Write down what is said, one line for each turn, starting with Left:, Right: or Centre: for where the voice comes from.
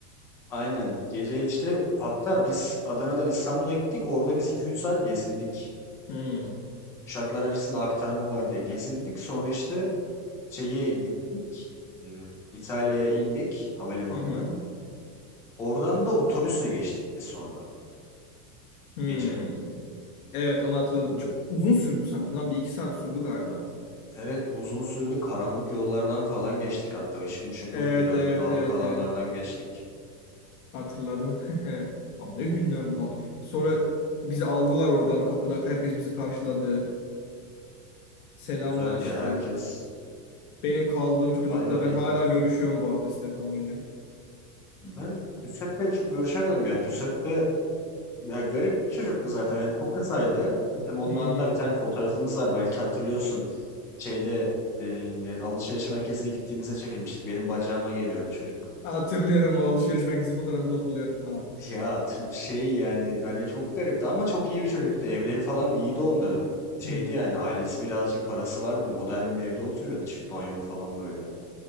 Centre: Aynen. Gece işte hatta biz Adana'dan İstanbul'a gittik. Orada biz iki üç saat gezindik.
Left: Hmm.
Centre: Uçaklar arasında aktarma var diye gezindik. Sonra işte şeye gittik. e, İtalya'ya indik havalimanına.
Left: Hı hı.
Centre: Oradan da otobüsle geçtik biz sonra
Left: Hmm.
Centre: gece.
Left: Evet onu hatırladım. Çok uzun sürdü sanki lan. Bir iki saat sürdü galiba.
Centre: Evet uzun sürdü. Karanlık yollardan falan geçtik hatta. Işık mışık
Left: Evet
Centre: yoktu. Birazcık
Left: evet
Centre: dağlık
Left: evet
Centre: alanlardan
Left: evet.
Centre: geçtik.
Left: Hatırladım. <laughs> Lan ne günlerdi lan. Sonra bizi aldılar oradan. Kapıda herkes bizi karşıladı. Selamlaştık.
Centre: Güzeldi ya. Herkes
Left: Benim kaldığım çocukla
Centre: bayağı
Left: ben
Centre: iyiydi.
Left: hala görüşüyorum bu arada Stefano ile.
Centre: Ben Giuseppe çok görüşemedim ya. Giuseppe Ya garip bir çocuktu zaten. Yani çok kısaydı. Bizim onunla
Left: Hmm.
Centre: hatta bir tane fotoğrafımız var. Belki hatırlıyorsun. Şeyde e, alışveriş merkezine gittiğimizde çekilmiştik. Benim bacağıma geliyordu çocuk.
Left: Hatırlıyorum o alışveriş merkezi fotoğrafını hatırlıyorum lan.
Centre: Ya t- şey yani hani çok garipti ama çok iyi bir çocuktu. Evleri falan iyiydi onların. Şeydi
Left: Hmm,
Centre: yani ailesi birazcık parası vardı. Modern bir evde oturuyordu. Çift banyolu falan böyle.